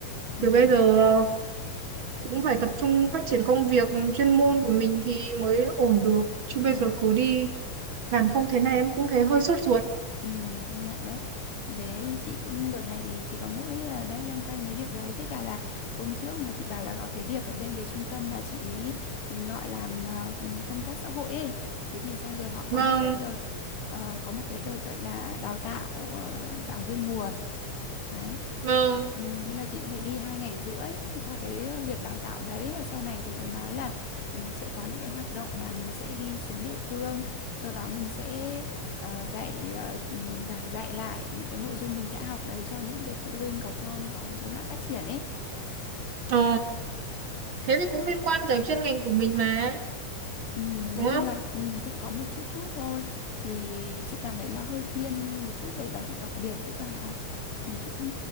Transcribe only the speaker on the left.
ừ
ừ
Ừ, công nhận đấy. Thế thì chị cũng đợt này thì chị có mỗi là đấy loanh quanh mấy việc đấy với cả là hôm trước mà chị bảo là có cái việc ở bên cái trung tâm mà chị ý ừ, gọi làm ờ, công tác xã hội ấy. Thế thì xong rồi họ có
một cái đợt ờ, có một cái đợt gọi là đào tạo ờ, giảng viên nguồn Đấy.
Ừ, thế là chị cũng phải đi hai ngày rưỡi cho cái ờ, việc đào tạo đấy và sau này thì thầy nói là ừ, sẽ có những cái hoạt động mà mình sẽ đi xuống địa phương sau đó mình sẽ ờ, dạy ờ, ừ, giảng dạy lại những cái nội dung mình đã học đấy cho những cái phụ huynh có con có cái rối loạn phát triển ấy
ừ,
nói chung
là ừ, cũng có một chút chút thôi thì chị cảm thấy nó hơi thiên một chút về giáo dục đặc biệt với cả ờ, một chút ừ,